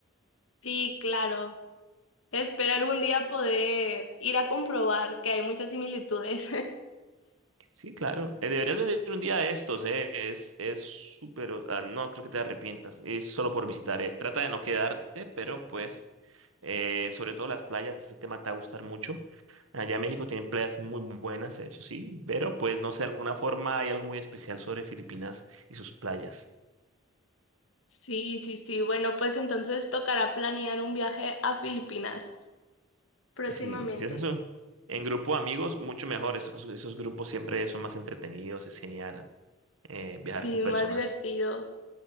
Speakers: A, on the left; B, on the right.
A: Sí, claro. Espero algún día poder ir a comprobar que hay muchas similitudes.
B: Sí, claro. Eh, deberías venir un día de estos, eh, Es, es súper, o sea, no creo que te arrepientas, es solo por visitar, eh. Trata de no quedarte, pero pues, eh, sobre todo las playas, ese tema te va a gustar mucho. Allá en México tienen playas muy buenas, eso sí, pero pues no sé, de alguna forma hay algo muy especial sobre Filipinas y sus playas.
A: Sí, sí, sí. Bueno, pues entonces tocará planear un viaje a Filipinas próximamente.
B: Y sí, es eso. En grupo de amigos, mucho mejor. Esos, esos grupos siempre son más entretenidos, es genial. eh, viajar
A: Sí,
B: con personas
A: más divertido.